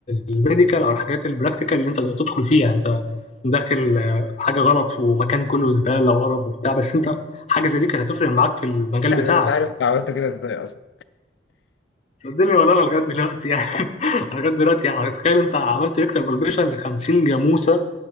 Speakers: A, on the left; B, on the left.
A: الميديكال أو الحاجات البراكتيكال اللي أنت تدخل فيها أنت داخل آه، حاجة غلط ومكان كله زبالة وقرف وبتاع بس أنت حاجة زي دي كانت هتفرق معاك في المجال
B: <laughs> يعني
A: بتاعك
B: انت عارف أنت عملت كده ازاي اصلا
A: الدنيا ولا أنا لغاية دلوقتي يعني <laughs> أنا لغاية دلوقتي يعني تخيل أنت عملت ريكتر بالبيشن ل 50 جاموسة